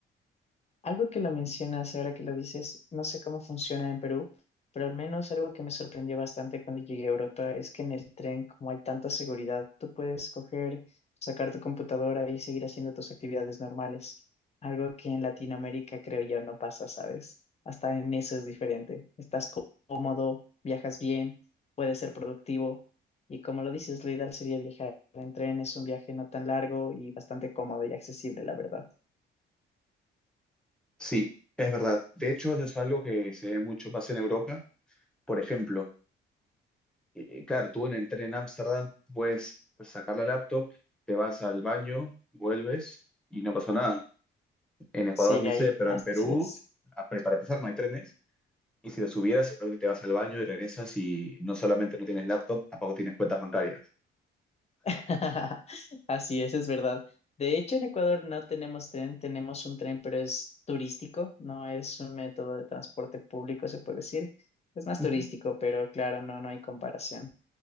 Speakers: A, on the left; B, in the centre.
A: Algo que lo mencionas ahora que lo dices, no sé cómo funciona en Perú, pero al menos algo que me sorprendió bastante cuando llegué a Europa es que en el tren, como hay tanta seguridad, tú puedes coger, sacar tu computadora y seguir haciendo tus actividades normales. Algo que en Latinoamérica creo yo no pasa, ¿sabes? Hasta en eso es diferente. Estás có- cómodo, viajas bien, puedes ser productivo y como lo dices, lo ideal sería viajar en tren. Es un viaje no tan largo y bastante cómodo y accesible, la verdad.
B: Sí, es verdad. De hecho, eso es algo que se ve mucho pasa en Europa. Por ejemplo, eh, claro, tú en el tren en Ámsterdam puedes sacar la laptop, te vas al baño, vuelves y no pasó nada. En Ecuador
A: Sigue
B: no
A: ahí,
B: sé, pero
A: así
B: en Perú,
A: es.
B: a- pre- para empezar, no hay trenes. Y si los hubieras, seguramente te vas al baño y regresas y no solamente no tienes laptop, tampoco tienes cuentas bancarias.
A: <laughs> Así es, es verdad. De hecho, en Ecuador no tenemos tren, tenemos un tren, pero es turístico, no es un método de transporte público, se puede decir. Es más
B: Ujú.
A: turístico, pero claro, no, no hay comparación.